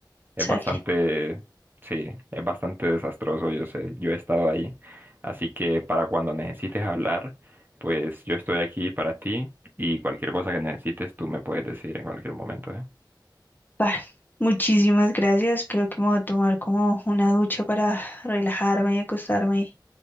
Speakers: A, on the right; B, on the left.
A: es
B: Sale.
A: bastante Sí, es bastante desastroso, yo sé, yo he estado ahí. Así que para cuando necesites hablar, pues yo estoy aquí para ti y cualquier cosa que necesites tú me puedes decir en cualquier momento, ¿eh?
B: Bah, muchísimas gracias. Creo que me voy a tomar como una ducha para relajarme y acostarme